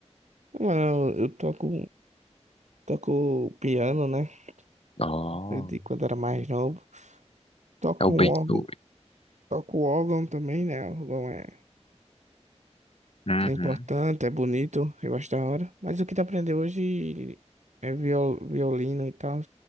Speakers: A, on the right (about 80°); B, on the left (about 55°).
A: Mano, eu eu toco, toco piano, né?
B: Oh,
A: Aprendi quando era mais novo. Toco
B: é o bem
A: o órgão,
B: doido.
A: toco o órgão também, né? O órgão é
B: Uhum.
A: é importante, é bonito, eu gosto da hora. Mas o que tu aprendeu hoje é viol, violino e tal.